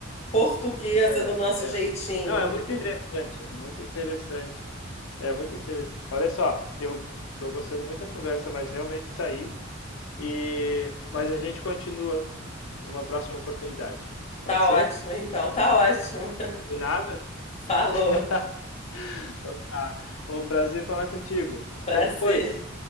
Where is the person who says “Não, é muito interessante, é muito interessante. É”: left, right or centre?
Left